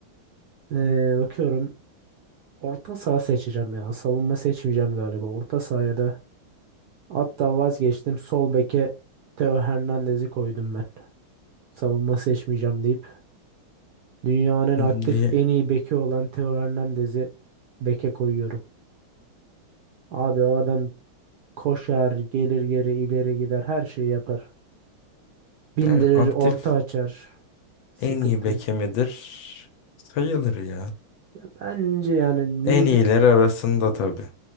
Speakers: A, on the right (about 65°); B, on the left (about 70°).
A: Ee, bakıyorum. Orta saha seçeceğim ya. Savunma seçmeyeceğim galiba. Orta sahaya da hatta vazgeçtim. Sol beke Theo Hernandez'i koydum ben. Savunma seçmeyeceğim deyip dünyanın
B: <laughs>
A: aktif en iyi
B: Bir-
A: beki olan Theo Hernandez'i beke koyuyorum. Abi o adam koşar, gelir geri ileri gider, her şeyi yapar. Bindirir,
B: Yani aktif
A: orta açar. Sıkıntı.
B: en iyi beke midir? Sayılır ya.
A: Bence yani
B: En
A: mid
B: iyiler arasında tabii.